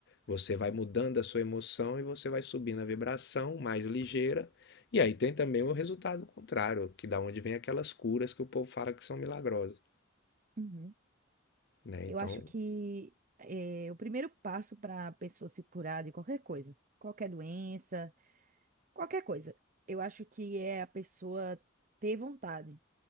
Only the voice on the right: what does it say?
Uhum.
Eu acho que é, o primeiro passo para a pessoa se curar de qualquer coisa, qualquer doença, qualquer coisa, eu acho que é a pessoa ter vontade,